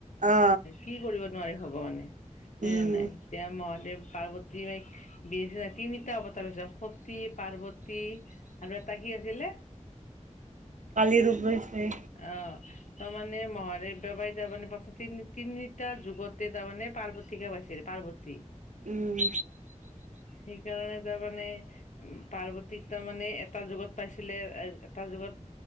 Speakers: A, on the right (about 75°); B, on the left (about 75°).
A: অ
B: কি কৰিব নোৱাৰাৰে ভগৱানে সে
A: উম
B: নাই এতিয়া মহাদেৱ পাৰ্বতী ব দিছে তিনিটা অৱতাৰ হৈছে তী পাৰ্বতী আৰু এটা কি আছিলে
A: কালি ৰূপ লৈছে
B: অ তাৰমানে মহাদেৱ ববাৰ তাৰমানে বা তিনিটা যুগতে তাৰমানে পাৰ্বতিকা পাইছে তী পাৰ্বতী
A: উম
B: সেইকাৰণে তাৰ মানে উ পাৰ্বতীক তাৰ মানে এটা যুগত পাইছিলে এটা যুগত